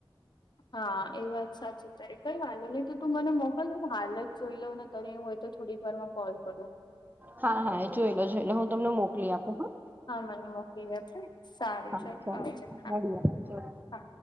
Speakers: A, on the left (about 50°); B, on the right (about 20°).
A: હા એ વાત સાચું તાય કઈ વાંધ નહીિ તો તું મને મોકલું હાલ જ જોઈ લઉ નથી ત્યારે એું હોય તો થોડીક વાર માં કોલ કરો
B: હા હા જોઈેલો જોઈલે હું તમને મોકલી આપું હા
A: મને મોકલી આપે સારું
B: હ
A: ચલ
B: સ
A: આવજે હા
B: મળ
A: હા